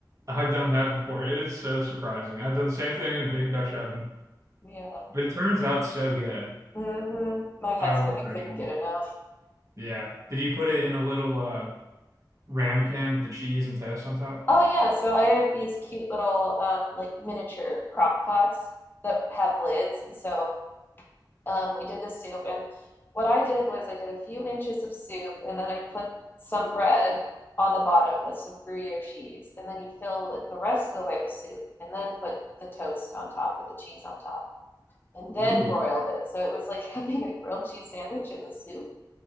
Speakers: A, on the right; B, on the left.
A: I've done that before. It is so surprising. I've done the same thing in a big Dutch oven,
B: <laughs> yeah
A: but it turns out so good.
B: hmm my husband
A: I love
B: he
A: French
B: couldn't
A: fries.
B: get enough
A: Yeah. Did you put it in a little uh, ramekin with the cheese and toast on top?
B: oh yeah so I have these cute little um, like miniature crock pots that have lids and so Um, we did the soup, and what I did was I did a few inches of soup, and then I put some bread on the bottom with some Gruyere cheese, and then you fill it the rest of the way with soup, and then put the toast on top with the cheese on top, and then
A: Ooh,
B: broiled it. So it was like <laughs> having a grilled cheese sandwich in the soup.